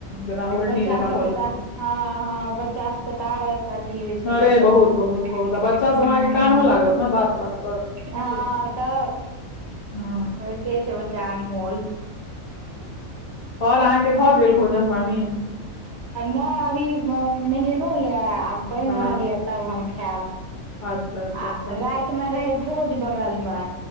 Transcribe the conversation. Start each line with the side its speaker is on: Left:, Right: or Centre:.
Left: जेना उल्टी
Right: बच्चा
Left: जकाँ
Right: सबके
Left: भऽ जेतै
Right: तऽ हँ हँ बच्चा सबके तऽ आ रहे होइ छै दिक्कत
Left: अरे बहुत बहुत बहुत आ बच्चा
Right: हँ
Left: सब अहाँके कानहो लागत ने बात बात पर
Right: हँ
Left: पूरा
Right: तऽ
Left: हँ
Right: होईते छै बच्चा अनमोल
Left: ओर अहाँके भऽ गेल भोजन पानी
Right: नहि अभी नहेलहु यऽ आब बइन
Left: हँ
Right: रहल यऽ तब हम खायब
Left: अच्छा अच्छा
Right: आ
Left: अच्छा
Right: राति में रहै भोज बगल मे